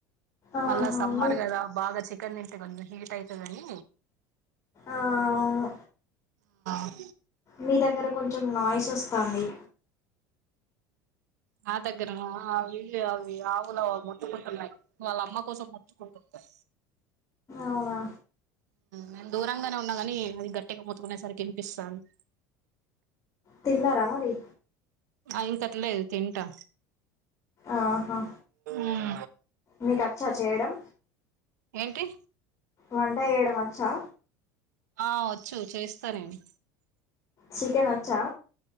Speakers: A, on the left (about 35°); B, on the right (about 80°).
A: ఆహా
B: మళ్ళా సమ్మర్
A: మీ
B: కదా బాగా చికెన్ నిం హీట్ అయితదని
A: ఆ అవును
B: అ
A: మీ దగ్గర కొంచెం నాయిస్ వస్తుంది
B: నా దగ్గర అ అవి ఆవులు మొత్తుకుంటున్నాయి వాళ్ళ అమ్మ కోసం మొత్తుకుంటుంది
A: అవునా
B: నేను దూరంగానే ఉన్నాగాని అది గట్టిగా మోతుకునేసరికి వినిపిస్తాంది
A: తిన్నారమరి
B: ఆ ఇంకట్లేదు తింటా
A: ఆహా
B: ఉమ్
A: మీకు వచ్చా చేయడం
B: ఏంటి
A: వంట చేయడం వచ్చా
B: ఆ వచ్చు చేస్తా నేను
A: చికెన్ వచ్చా